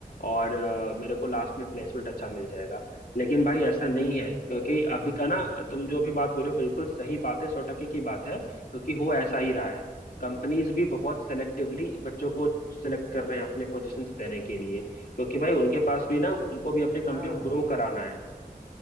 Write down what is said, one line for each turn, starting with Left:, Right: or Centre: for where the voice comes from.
Left: और अ, मेरे को लास्ट में प्लेसमेंट अच्छा मिल जाएगा लेकिन भाई ऐसा नहीं
Right: वही वही
Left: है क्योंकि
Right: चीज मैं भी कहने
Left: अभी
Right: आ रहा
Left: का ना
Right: था भाई
Left: तुम जो भी बात बोले हो, बिल्कुल सही बात है सौ टके की बात है क्योंकि हो ऐसा ही रहा है कंपनीज भी बहुत सेलेक्टिवली बच्चों को सेलेक्ट कर रहे हैं अपने पोजीशंस देने के लिए क्योंकि भाई उनके पास भी
Right: क्योंकि
Left: ना उनको भी अपनी
Right: हाँ
Left: कंपनी को ग्रो कराना है